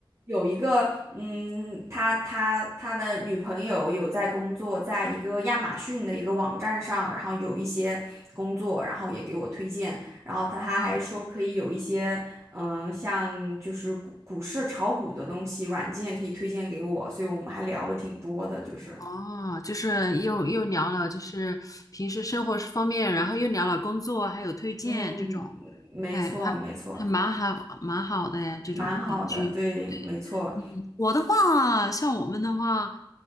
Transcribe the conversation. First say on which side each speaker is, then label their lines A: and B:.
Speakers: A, on the right; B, on the left.
A: 有一个，嗯，他他他的女朋友有在工作，在一个亚马逊的一个网站上，然后有一些工作，然后也给我推荐，然后他他还说可以有一些，
B: 哦
A: 嗯，像就是股股市炒股的东西软件可以推荐给我，所以我们还聊了挺多的，就是，
B: 哦，就是又又聊了，就是平时生活方面，然后又聊了工作，还有推荐这种，
A: 嗯，没错没错，
B: 哎，还还蛮好蛮好的哎，这种邻居。
A: 蛮好的，对，
B: 对。
A: 没错，
B: 我的话，像我们的话，